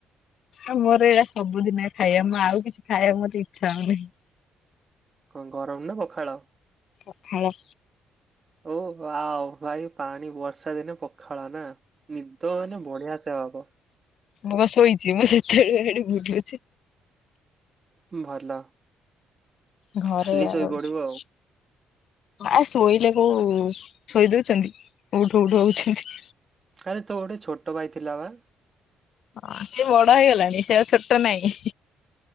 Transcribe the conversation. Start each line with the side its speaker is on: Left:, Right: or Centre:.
Left: ଅ ମୋର ଏଇଟା ସବୁଦିନିଆ ଖାଇବା ମୁଁ ଆଉ କିଛି ଖାଇବାକୁ ମୋତେ ଇଚ୍ଛା ହଉନାହିଁ।
Right: କଣ ଗରମ ନା ପଖାଳ?
Left: ପଖାଳ।
Right: ଓ ୱାଓ ଭାଇ ପାଣି ବର୍ଷା ଦିନେ ପଖାଳ ନା। ନିଦ ମାନେ ବଢିଆ ସେ ହବ।
Left: ମୁଁ କଣ ଶୋଇଚି ମୁଁ ସେତେବେଳୁ ବା ଏଠି ବୁଲୁଛି।
Right: ଭଲ।
Left: ଘରେ
Right: ଖାଲି
Left: ଆଉ
Right: ଶୋଇପଡିବୁ
Left: ଅଛି। ଆ ଶୋଇଲେ କୋଉ ଶୋଇ ଦଉଚନ୍ତି ଉଠ ଉଠ ହଉଚନ୍ତି।
Right: ଆରେ ତୋ ଗୋଟେ ଛୋଟ ଭାଇ ଥିଲା ବା?
Left: ହଁ ସିଏ ବଡ ହେଇଗଲାଣି ସେ ଆଉ ଛୋଟ ନାଇଁ।